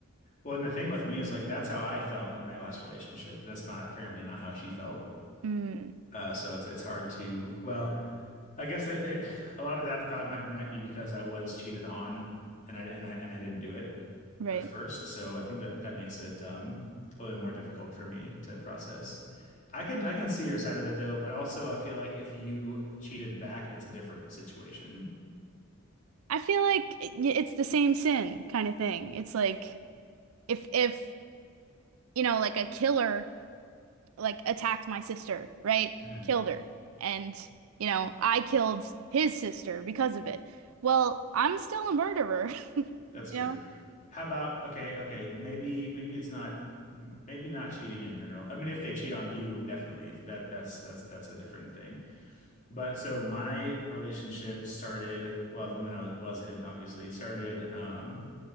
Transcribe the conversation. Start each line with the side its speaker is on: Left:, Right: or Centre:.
Left: Well, and the thing with me is like that's how I felt in my last relationship. That's not apparently not how she felt.
Right: Mm,
Left: Uh, so it's it's hard to well, I guess it, it, a lot of that thought might might be because I was cheated on, and I and I and I didn't do it
Right: right.
Left: at first. So I think that that makes it um, a little bit more difficult for me to process. I can I can see your side of it though, but also I feel like if you cheated back, it's a different situation.
Right: I feel like it- it's the same sin kind of thing. It's like if if you know like a killer like attacked my sister, right?
Left: Mhm.
Right: Killed her. And, you know, I killed his sister because of it. Well, I'm still a murderer, <laughs>
Left: That's true.
Right: you know?
Left: How about okay, okay, maybe maybe it's not maybe not cheating in general. I mean, if they cheat on you, definitely that that's that's that's a different thing. But so my relationship started, well, the one that I was, was in, obviously, started. Um,